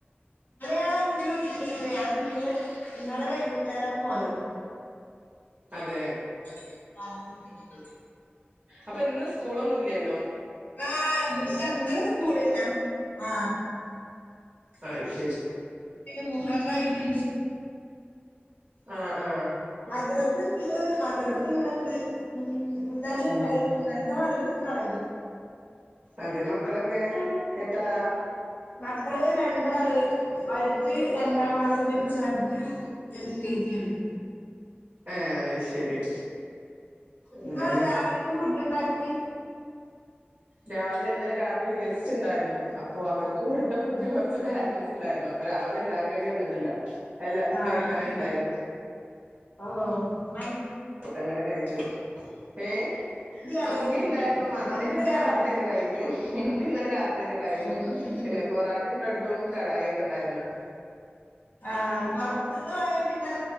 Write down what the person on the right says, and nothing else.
അതെ
അപ്പൊ ഇന്ന് സ്കൂളൊന്നും ഇല്ലണ്ടോ
ആ ശരി
ആഹ ആഹ
ഉം
അതെ മക്കളൊക്കെ എത്ര ആളാ
ഏഹ് ശരി അങ്ങനെല്ലേ
രാവിലെ ഇന്നലെ രാത്രി ഗസ്റ്റ് ഉണ്ടായിരുന്നു അപ്പൊ അവർക്ക് കൊടുത്ത ഫുഡ് കുറച്ച് ബാലൻസ് ഉണ്ടായിരുന്നു ഇപ്പ രാവിലെ ഉണ്ടാക്കേണ്ടി വന്നിട്ടില്ല എല്ലാർക്കും
കഴിക്കാന
ഇണ്ടായിനു
അത അങ്ങനെ കഴിച്ചു ഏ
മന്തി
ഉണ്ടായിരുന്നു മന്തി ഇന്നലെ
രാത്രിന്നെ കഴിഞ്ഞു ന്ന് ഇന്നലെ രാത്രി തന്നെ കഴിഞ്ഞു
പിന്നെ പൊറാട്ടയും ബ്രെഡും കടായി ഒക്കെ ഉണ്ടായിരുന്നു